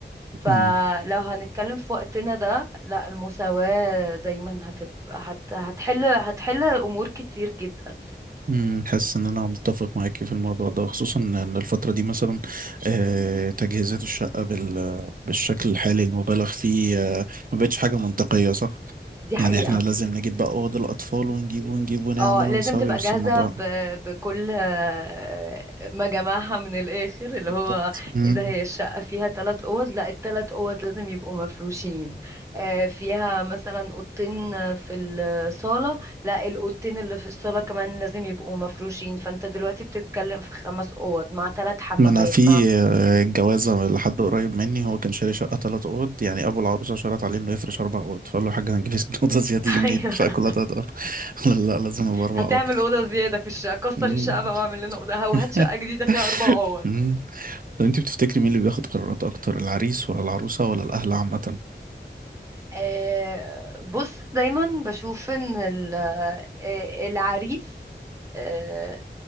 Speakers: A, on the right; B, on the right.
A: فلو
B: مم.
A: هنتكلم في وقتنا ده لا المساواة دايما هتبقى هت... هتحل هتحل امور كتير جدا
B: مم. حاسس ان انا متفق معاكي في الموضوع ده خصوصا ان الفترة دي مثلا آه، تجهيزات الشقة بال... بالشكل الحالي المبالغ فيه آه، ما بقتش حاجة منطقية صح
A: دي حقيقة
B: يعني احنا لازم نجيب بقى اوض الاطفال ونجيب ونجيب ونعمل
A: اه لازم
B: ونسوي
A: تبقى
B: بس
A: جاهزة
B: الموضوع
A: ب... بكل آه، ما جمعها من الآخر اللي
B: بالظبط
A: هو
B: مم.
A: ايه ده هي الشقة فيها تلات أوض لا التلات أوض لازم يبقوا مفروشين آه، فيها مثلا أوضتين في الصالة لا الأوضتين اللي في الصالة كمان لازم يبقوا مفروشين فأنت دلوقتي بتتكلم في خمس أوض مع تلات حمامات
B: ما انا في
A: مع
B: آه، الجوازه لحد قريب مني هو كان شاري شقه ثلاث اوض يعني ابو العروسه شرط عليه انه يفرش اربع اوض فقال له يا حاج هنجيب <laughs> اوضه زياده
A: <laughs>
B: دي منين
A: أيوه
B: فكلها ثلاث اوض <laughs> لا لا لازم يبقى اربع
A: هتعمل
B: اوض
A: أوضة زيادة في الشقة كسر
B: مم.
A: الشقة بقى واعمل لنا أوضة وهات
B: <laughs>
A: شقة جديدة فيها أربع أوض
B: مم. طب انت بتفتكري مين اللي بياخد قرارات اكتر العريس ولا العروسه ولا الاهل عامه
A: آه، بص دايما بشوف ان ال- آه، العريس آه،